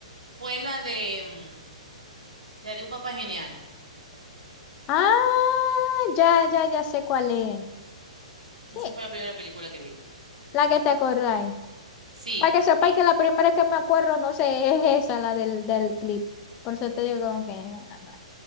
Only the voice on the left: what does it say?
Ah, ya, ya, ya sé cuál es. Sí,
la que te acordáis.
Para que sepáis
que la primera que me acuerdo, no sé, es esa, la del, del clip. Por eso te digo como que, no, no,